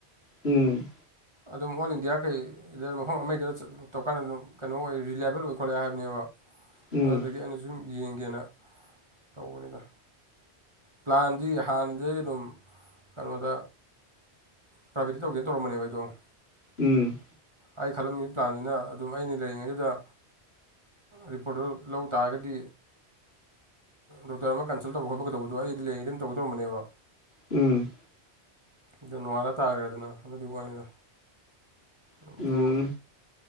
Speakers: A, on the left (about 65°); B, on the right (about 25°).
A: ꯎꯝ
B: ꯑꯗꯨꯝ ꯑꯣꯜ ꯏꯟꯗꯤꯌꯥ ꯀꯩ ꯗ ꯃꯐꯝ ꯑꯃꯗꯨꯗ ꯇꯧꯔꯀꯥꯟꯗ ꯑꯗꯨꯝ ꯀꯩꯅꯣ ꯑꯣꯏ ꯔꯤꯂꯥꯏꯕꯜ ꯑꯣꯏ ꯈꯣꯠꯂꯦ ꯍꯥꯏꯕꯅꯦꯕ
A: ꯎꯝ
B: ꯑꯗꯨꯗꯒꯤ ꯑꯩꯅ ꯁꯨꯝ ꯌꯦꯡꯒꯦꯅ ꯇꯧꯕꯅꯤꯗ ꯄ꯭ꯂꯥꯟꯗꯤ ꯍꯥꯟꯅꯗꯩꯩ ꯑꯗꯨꯝ ꯀꯩꯅꯣꯗ ꯄ꯭ꯔꯥꯏꯚꯦꯠꯇ ꯇꯧꯒꯦ ꯇꯔꯝꯕꯅꯦꯕ ꯑꯣ
A: ꯎꯝ
B: ꯑꯩ ꯈꯜꯂꯝꯃꯤꯕ ꯄ꯭ꯂꯥꯟꯗꯨꯅ ꯑꯗꯨꯝ ꯑꯩꯅ ꯂꯩꯔꯤꯉꯩꯗꯨꯗ ꯔꯤꯄꯣꯔꯠꯇꯨ ꯂꯧ ꯇꯥꯔꯒꯗꯤ ꯗꯣꯛꯇꯔ ꯑꯃ ꯀꯟꯁꯜ ꯇꯧꯕ ꯈꯣꯠꯄꯒꯗꯧꯕꯗꯣ ꯑꯩꯗꯤ ꯂꯦꯡꯉꯦ ꯑꯗꯨꯝ ꯇꯧꯒꯗꯧꯔꯝꯕꯅꯦꯕ
A: ꯎꯝ
B: ꯑꯗꯨ ꯅꯣꯡꯉꯥꯂ ꯇꯥꯈ꯭ꯔꯦꯗꯅ ꯑꯗꯨꯗꯤ ꯋꯥꯅꯤꯗ ꯑꯗꯨ
A: ꯎꯝ